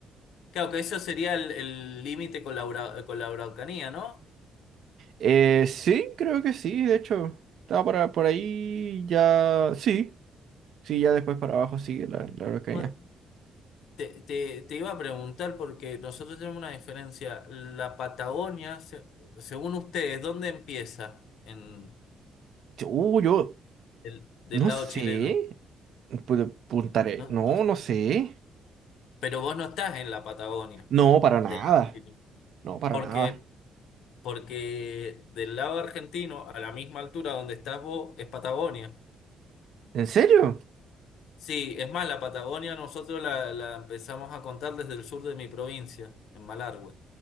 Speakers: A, on the left; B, on the right.
A: Claro, que eso sería el el límite con la, Ura- con la Araucanía, ¿no?
B: Eh, sí, creo que sí, de hecho, estaba por, por ahí ya. Sí, sí, ya después para abajo sigue la, la Araucanía.
A: Bueno, Te, te, te iba a preguntar porque nosotros tenemos una diferencia. La Patagonia, se- según ustedes, ¿dónde empieza? En,
B: Uh, yo
A: del, del
B: no
A: lado
B: sé.
A: chileno.
B: Pu- Puntaré.
A: No,
B: No,
A: no sé.
B: no sé.
A: Pero vos no estás en la Patagonia
B: No, para nada.
A: del lado argentino,
B: No, para
A: Porque,
B: nada.
A: porque del lado argentino, a la misma altura donde estás vos, es Patagonia.
B: ¿En serio?
A: Sí, es más, la Patagonia nosotros la, la empezamos a contar desde el sur de mi provincia, en Malargüe.